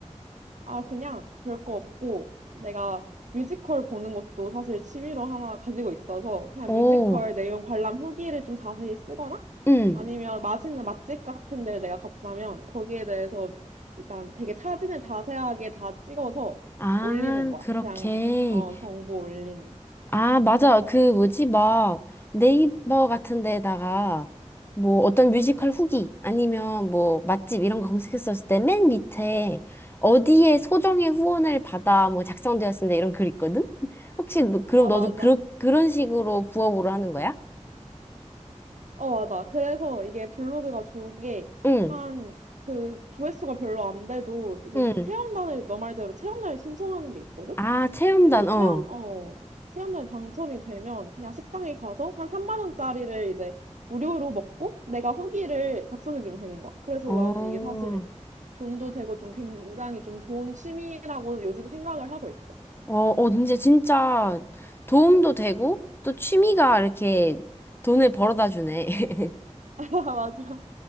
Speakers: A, on the right; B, on the left.
A: 아 그냥 별거 없고 내가 뮤지컬 보는 것도 사실 취미로 하나 가지고 있어서 그냥
B: 오,
A: 뮤지컬 내용 관람 후기를 좀 자세히 쓰거나
B: 응.
A: 아니면 맛있는 맛집 같은 데를 내가 갔다면 거기에 대해서 일단 되게 사진을 자세하게 다 찍어서
B: 아,
A: 올리는 거야.
B: 그렇게.
A: 그냥 어 정보 올리는.
B: 아, 맞아. 그 뭐지? 막 네이버 같은 데다가 뭐 어떤 뮤지컬 후기 아니면 뭐 맛집 이런 거 검색했었을 때 맨 밑에 어디에 소정의 후원을 받아 뭐 작성되었습니다 이런 글 있거든? <laughs> 혹시 너, 그럼
A: 아
B: 너도
A: 맞아.
B: 그러, 그런 식으로 부업으로 하는 거야?
A: 어, 맞아. 그래서 이게 블로그가 좋은 게,
B: 응,
A: 한, 그, 조회수가 별로 안 돼도, 이제
B: 응.
A: 체험단을, 너 말대로 체험단을 신청하는 게 있거든?
B: 아, 체험단,
A: 그래서
B: 어.
A: 체험, 어, 체험단에 당첨이 되면, 그냥 식당에 가서 한 3만원짜리를 이제 무료로 먹고, 내가 후기를 작성해주면 되는 거야. 그래서
B: 어, 어,
A: 나는 이게 사실 돈도 되고 좀 굉장히 좀 좋은 취미라고 요즘 생각을 하고 있어.
B: 어, 진짜, 진짜 도움도 되고 또 취미가 이렇게 돈을 벌어다 주네. <laughs>
A: <laughs> 맞아.